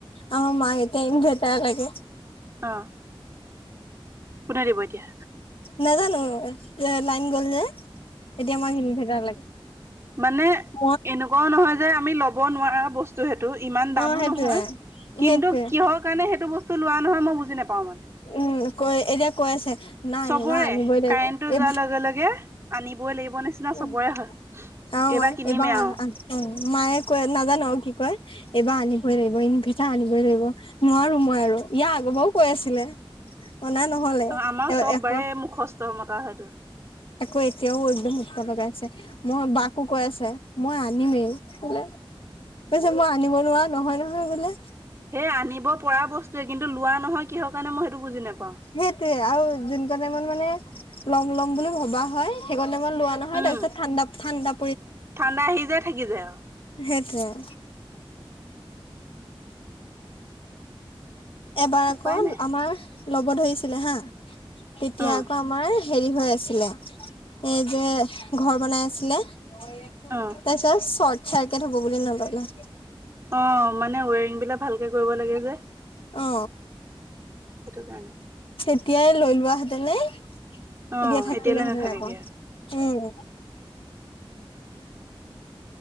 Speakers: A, on the left; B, on the right.
A: অ মগেতে ইন ভেটাৰ লাগে
B: অ কোনে দিব এতিয়া
A: নাজানো এ লাইন গল যে এতিয়া মমাকিন ভেজাৰ লাগে
B: মানে
A: উ
B: এনেকুৱাও নহয় যে আমি ল'ব নোৱাৰা বস্তু সেইটো ইমান
A: অ
B: দামো
A: সেইটোয়ে
B: নহয় কিন্তু
A: সেইটোয়ে
B: কিহৰ কাৰণে সেইটো বস্তু লোৱা নহয় মই বুজি নাপাওঁ মানে
A: উম কৈ এতিয়া কৈ আছে নাই
B: চবৰে
A: এইবাৰ আনিবই লাগিব
B: কাৰেণ্টটো
A: এই
B: যোৱাৰ লগে লগে আনিবই লাগিব নিচিনা
A: উম
B: চবৰে হয়
A: অ মই
B: কিনিমে
A: এইবাৰ
B: আৰু
A: অ মায়ে কৈ নাজানো কি কয় এইবাৰ আনিবই লাগিব আনিবই ধৰিব নোৱাৰো মই আৰু ইয়াৰ আগৰ পৰাও কৈ আছিলে অনা নহলে এ
B: অ আমাৰ চব
A: এশ
B: বাৰে মুখস্থ মতা সেইটো
A: আকৌ এতিয়াও একদম উৎস লগাই আছে মই বাকো কৈ আছে মই আমেই বোলে কৈছে মই আনিব নোৱাৰা নহয় নহয় বোলে
B: সেই আনিব পৰা বস্তুৱয়ে কিন্তু লোৱা নহয় কিহৰ কাৰণে মই সেইটো বুজি নোপাওঁ
A: সেইটোৱে আৰু যোন কনে মন মানে লম ল'ম বুলি ভবা হয় সেইকাৰণে মই লোৱা নহয়
B: উম
A: তাৰপিছত ঠাণ্ডা ঠাণ্ডা
B: ঠাণ্ডা আহি যায় থাকি যায় আও
A: সেইটো আও এবাৰ আকৌ
B: উপায় নাই
A: আমাৰ ল'ব ধৰিছিলে হা তেতিয়া
B: অ
A: আকৌ আমাৰ হেৰি হৈ আছিলে এই যে ঘৰ বনাই আছিলে তাৰপিছত
B: অ
A: শৰ্ট চাৰ্কিট হব বুলি নললে
B: অ মানে ৱেৰিং বিলাক ভালকে কৰিব লাগে যে
A: অ
B: সেইটো কাৰণে
A: তেতিয়াই লৈ লোৱ হেঁতেনে
B: অ
A: এতিয়া থাকিলেহেঁতেন
B: এতিয়ালৈ নাথাকেগে
A: আকৌ উম